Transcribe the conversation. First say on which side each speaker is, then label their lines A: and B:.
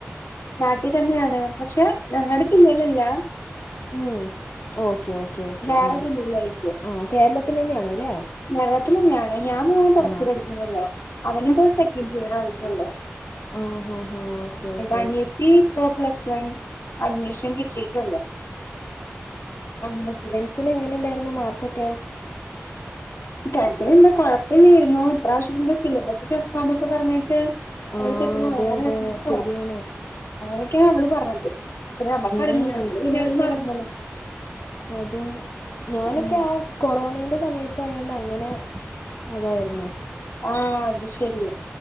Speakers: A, on the left; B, on the left.
A: നാട്ടി തന്നെയാണ് പക്ഷെ ഞങ്ങടെ ജില്ലയിലല്ല
B: ഉം ഓക്കെ ഓക്കെ ഓക്കെ
A: വേറെ
B: ആഹ്
A: ജില്ലയിലായിട്ട്.
B: -ആഹ് കേരളത്തിലന്നെയാണ് അല്ലേ
A: നാട്ടിൽ തന്നെയാണ് ഞാൻ മാ പൊറത്ത്
B: ആ
A: പഠിക്കുന്നുള്ളൂ അവനിപ്പൊ സെക്കൻഡ് ഇയർ ആയിട്ടുള്ളു
B: ആഹ് ഹാ- ഹാ ഓക്കേ ഓ
A: അനിയത്തി ഇപ്പൊ പ്ലസ് വൺ അഡ്മിഷ കിട്ടീട്ടൊള്ളു ആമിനക്ക്
B: പത്തിന് എങ്ങനെ ഉണ്ടായിരുന്നു മാർക്കൊക്കെ
A: പത്തിലെന്താ കൊഴപ്പില്ലായിരുന്നു ഇപ്രാവശ്യം തൊട്ട് സിലബസ് ടഫാന്നൊക്കെ പറഞ്ഞിട്ട്
B: ആ
A: അവൾക്കെത്രയൊ
B: അതെ
A: വേറെ
B: അതെ
A: അഡ്രസ്സോ
B: ശരിയാണ്
A: അങ്ങനെയൊക്കെയാ അവള് പറഞ്ഞത് പിന്നെ നമ്മക്കറിയില്ല.
B: ആ
A: നമ്മള്
B: ഇപ്രാവശ്യം
A: പിന്നെ അത് മറന്നല്ലോ.
B: അതെ ഞാനൊക്കെ
A: ഉം.
B: ആ കൊറോണേന്റെ സമയത്തായോണ്ട് അങ്ങനെ അതായിരുന്നു
A: ആ അത് ശരി